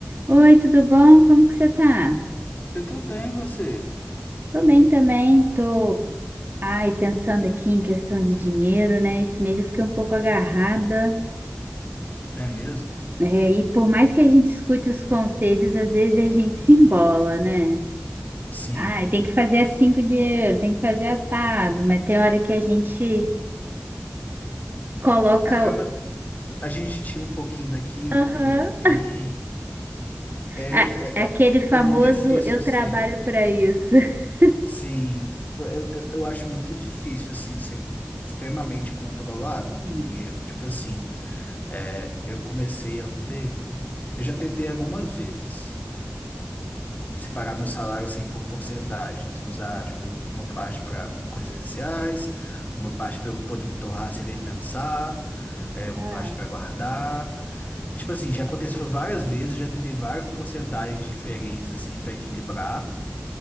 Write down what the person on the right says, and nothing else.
Oi, tudo bom? Como que você tá?
Tô bem também, tô, ai, pensando aqui em questão de dinheiro, né? Esse mês eu fiquei um pouco agarrada,
né? E por mais que a gente escute os conselhos, às vezes a gente se embola, né?
Ai, tem que fazer assim com o dinheiro, tem que fazer assado, mas tem hora que a gente coloca
o-
Aham.
a- aquele
famoso
eu
trabalho pra isso. <laughs>
Sim.
Ah,